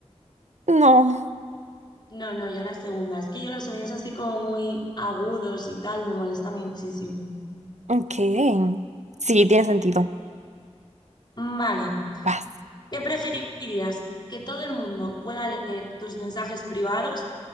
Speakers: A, on the right; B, on the left.
A: no,
B: No, no, yo la segunda. Es que yo los sonidos así como muy agudos y tal me molestan muchísimo.
A: ok, sí, tiene sentido,
B: Vale.
A: vas.
B: ¿Qué preferirías? ¿Que todo el mundo pueda leer tus mensajes privados